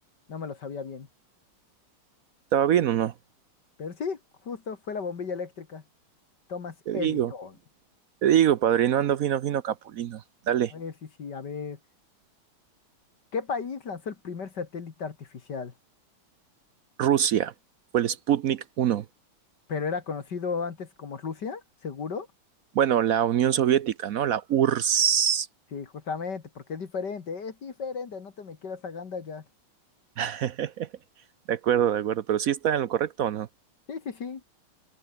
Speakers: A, on the left; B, on the right.
A: no me lo sabía bien.
B: ¿Estaba bien o no?
A: Pero sí, justo fue la bombilla eléctrica. Thomas
B: Te
A: Edison.
B: digo. Te digo, padrino, ando fino, fino, capulino. Dale.
A: A ver, sí, sí, a ver. ¿Qué país lanzó el primer satélite artificial?
B: Rusia fue el Sputnik uno.
A: Pero era conocido antes como Rusia, seguro.
B: Bueno, la Unión Soviética, ¿no? La URSS.
A: Sí, justamente, porque es diferente, es diferente, no te me quieras agandallar.
B: <laughs> De acuerdo, de acuerdo. Pero sí está en lo correcto, ¿o no?
A: Sí, sí, sí,